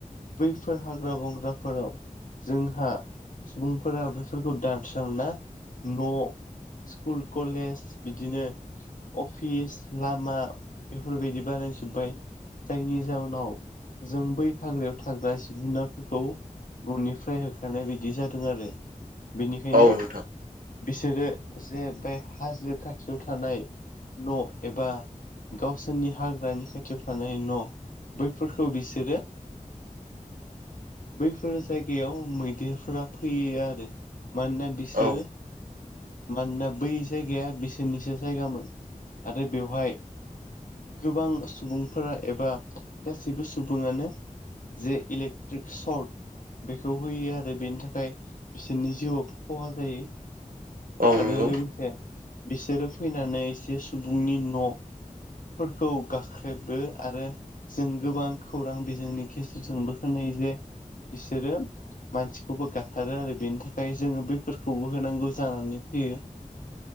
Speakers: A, on the left; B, on the right.
A: बैफोर हाग्रा बंग्राफोराव जोंहा सुबुंफोरा बेफोरखौ दानस्रांना न' स्कुल कलेज बिदिनो अफिस लामा बेफोरबायदि बानायजोब्बाय। जायनि जाहोनाव जों बै हाग्रायाव थाग्रा जिब जुनारफोरखौ न'निफ्राय होखारनाय बायदि जादों आरो। बेनिखायनो
B: औ नोंथां
A: बिसोरो जे बे हाजो खाथियाव थानाय न‌' एबा गावसोरनि हाग्रानि खाथियाव थानाय न' बैफोरखौ बिसोरो बैफोर जायगायाव मैदेरफोरा फैयो आरो मानोना बिसोरो
B: औ
A: मानोना बै जायगाया बिसोरनिसो जायगामोन आरो बेवहाय गोबां सुबुंफोरा एबा गासैबो सुबुङानो जे इलेक्ट्रिक सर्ट बेखौ होयो आरो बेनि थाखाय बिसोरनि जिउआव खहा जायो।
B: औ नंगौ
A: आरो लोगोसे बिसोरो फैनानै एसे सुबुंनि न' फोरखौ गाख्रेबो आरो जों गोबां खौरां बिजोंनि गेजेरजोंबो खोनायो जे बिसोरो मानसिखौबो गाथारो आरो बेनि थाखाय जोङो बैफोरखौबो होनांगौ जानानै फैयो।